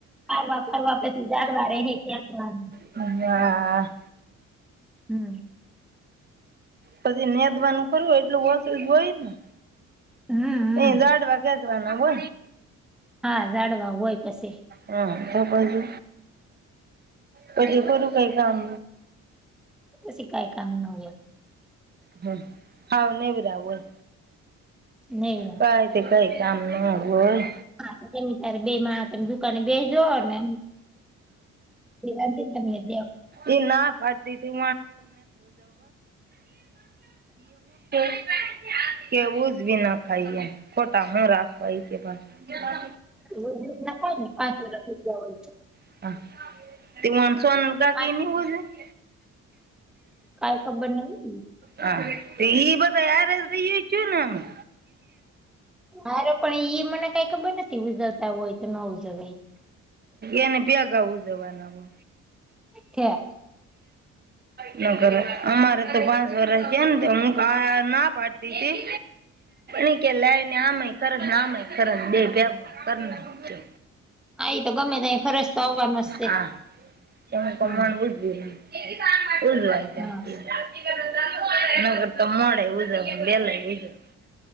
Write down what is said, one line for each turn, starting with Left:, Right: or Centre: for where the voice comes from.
Centre: ફરવા ફરવા પછી જાર વા <unintelligible> રે હે કેચ વાર
Right: <unintelligible> હા
Centre: હમ.
Right: પછી નેદવાનું કરુંય એટલું ઓષધ હોય ને.
Centre: હમ હમ
Right: એ લાડવા કેસવાના હો.
Centre: હા લાડવા હોય પછી.
Right: હમ તો બાજુ પછી ફું કઈ કામ.
Centre: કછી કઈ કામ ન હોય.
Right: હમ. હાવ નેવરા હોય
Centre: નહી
Right: કઈ તે કઈ કામ ન હો હોય.
Centre: હા ત્યારે બે માં તમે જુ અને બેજો ને એ તને તમને <unintelligible>
Right: એ ના પાડતી તી <inaudible> કેવુંઝ ભીના ખાઈએ ફોટા હું રાખવા એ કે પાછા
Centre: રોજ રોજ ના હોય ને પાંચ વાગે હુતા હોય ને
Right: <unintelligible>
Centre: પાંચ કાઈ ખબર નહિ.
Right: હા ઈ બધા હાયરા રહી ને જ્યાં ને
Centre: અરે પણ ઈ મને કઈ ખબર નથી ગુજરત આવું હોય તો નવું જગ
Right: એને કેયા ગાવું જવાના હો.
Centre: કયા?
Right: જગ્યાએ ન કર અમારે તો પાંચ વરષ છે ને હું ક ના પાડતી હતી. એ કે લાય ને આમાંય ખરજને આમાંય ખરજ બે ભી કર નાખજો
Centre: હા એ તો ગમે ત ખરસ તો આવવાનો જ છે
Right: હા તમે કમળ
Centre: હમ
Right: બુજ <unintelligible>
Centre: હા
Right: ન કર તો મળે <unintelligible>